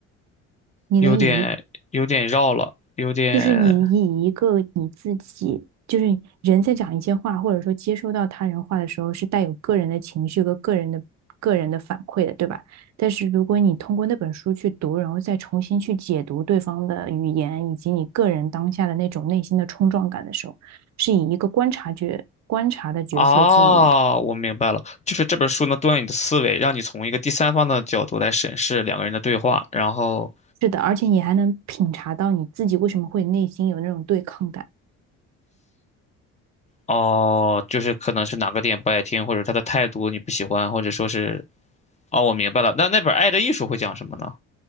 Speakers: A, on the right; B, on the left.
A: 你能以一
B: 有点有点绕了，有点
A: 就是你以一个你自己，就是人在讲一些话，或者说接收到他人话的时候，是带有个人的情绪和个人的个人的反馈的，对吧？但是如果你通过那本书去读，然后再重新去解读对方的语言，以及你个人当下的那种内心的冲撞感的时候，是以一个观察觉观察的角色进入的。
B: 啊，我明白了，就是这本书能锻炼你的思维，让你从一个第三方的角度来审视两个人的对话，然后
A: 是的，而且你还能品察到你自己为什么会内心有那种对抗感。
B: 哦，就是可能是哪个点不爱听，或者他的态度你不喜欢，或者说是哦，我明白了，那那本《爱的艺术》会讲什么呢？